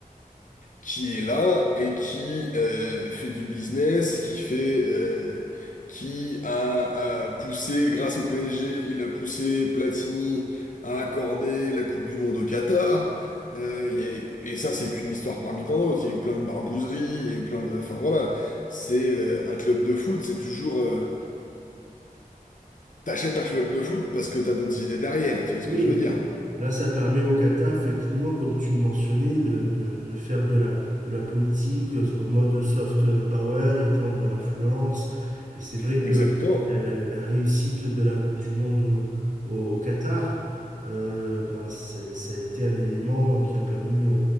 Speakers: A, on the left; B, on the right.
A: qui est là et qui euh, fait du business, qui fait, euh, qui a euh, poussé, grâce au PSG, il a poussé Platini à accorder la Coupe du Monde au Qatar. Euh, il y a- et ça, c'est qu'une histoire parmi tant d'autres. Il y a eu plein de barbouzeries, il y a eu plein de... Enfin voilà, c'est euh, un club de foot, c'est toujours... euh, T'achètes un club de foot parce que t'as d'autres idées derrière, tu vois ce
B: Oui,
A: que je veux dire?
B: là, ça permet au Qatar, effectivement, comme tu le mentionnais, de, de- de faire de la, de la politique euh, en mode soft power, étendre l'influence. Et c'est vrai
A: Exactement,
B: que la, la- la réussite de la Coupe du Monde au, au- au Qatar, euh, ben, c'est- ça a été un élément euh, qui a permis au,